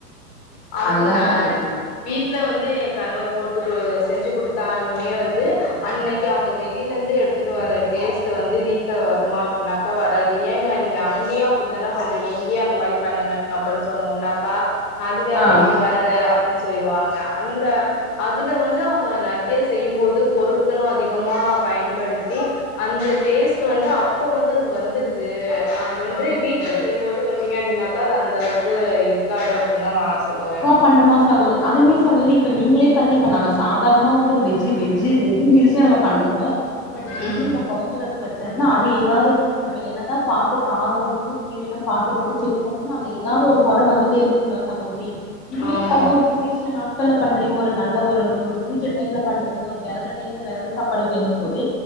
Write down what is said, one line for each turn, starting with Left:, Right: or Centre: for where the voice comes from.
Left: அது
Centre: அதுதா
Left: நா
Centre: சகோதரி
Left: வீட்ல வந்து என் கணவர் போட்டு செஞ்சு குடுத்தாலுமே வந்து அன்னைக்கி அவங்க வெளில இருந்து எடுத் துட்டு வர டேஸ்ட்டு வந்து வீட்ல வருமா அப்டினாக்கா வராது ஏங்க நீங்க அங்கயு அ ப்டிதான பண்றீங்க இங்கயு அந்த மாரி பண்ணுங்க அப்டின்னு சொன்னம்னாக்கா அது வேற
Centre: ஆ
Left: இது வேற அ ப்டின்னு சொல்லிருவாங்க அந்த அதுல வந்து அவங்க நெறைய செய்யும்போது பொருட்களு அதிகமா பயன்படுத்தி அந்த டேஸ்ட்டு வந்து அப்ப வந்து அது வந்துருது அ து வந்து
Centre: ஆமா
Left: வீட்ல
Centre: சகோதரி
Left: செய்யும்போது பாத்தீங்க அப்டின்னாக்கா அது அந்த அளவுக்கு இருக்காது அப்டின்னுதா நா சொல்லுவே
Centre: பண்றமா சகோத அதுமே சகோதரி இப்ப நீங்களே பாருங்க இப்ப நம்ம சாதாரணமா வந்து ஒரு வெஜ்ஜு வெஜ்ஜு வெஜ் மீல்ஸ் ஸே நம்ம பண்றோன்னு இப்ப டெய்லியுமே
Left: ம்
Centre: நம்ம கொழம்பு ரசோ வச்சோம்னா அது ஏதாவது நம்ம என்னதா பாத்து காரோ உப்பு புளி எல்லா பாத்து பாத்து செக் பண்ட்டோம்னா அதுல எதாவது ஒரு கொற வந்துட்டே இரு கும்ல சகோதரி இதுவே
Left: ஆமா
Centre: பாருங்க ஒரு விசேஷ நாட் கள்ல பண்றீங்க ஒரு நல்ல ஒரு ஒரு பூஜ டைம்ல பண்றீங்க ஒரு வெரத டைம்ல வெரத சாப்பாடு பேணும் போது